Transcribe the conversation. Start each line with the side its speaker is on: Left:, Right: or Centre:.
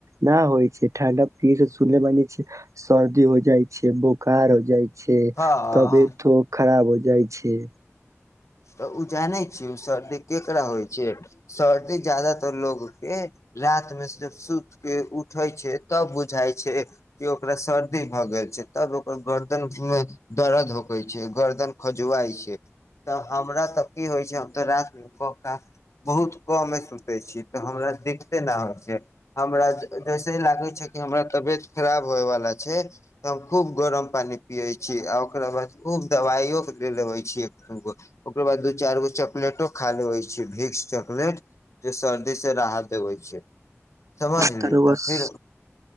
Right: न होइ छै ठणडा पी स सुनने वानी छी सर्दी हो जाइ छै बोखार हो जाइ छै
Left: हँ
Right: तबियतो खराब हो जाइ छ
Left: तऽ ओ जानै छियै ओ सर्दी ककरा होइ छै सर्दी जादातर लोकके राातमे सिर्फ सुति कऽ उठै छै तब बुझाइ छै कि ओकरा सर्दी भऽ गेल छै तब ओकर गरदनमे दर्द होकै छै गरदन खजुआइ छै तऽ हमरा तऽ की होइ छै हम तऽ राातमे कका बहुत कमे सुतै छी तऽ हमरा दिक्कते नहि होइ छै हमरा जैसे ही लागै छै कि हमरा तबियत खराब होइवला छै तऽ हम खूब गरम पानि पियै छी आ ओकरा बाद खूब दबाइयओे ले लबै छिय दु गो ओकर बाद दू चार गो चॉकलेटो खा लेबे छी भिक्स चॉकलेट जे सर्दी स राहत देबे छै समझली
Right: त रउआ
Left: आ फिर
Right: स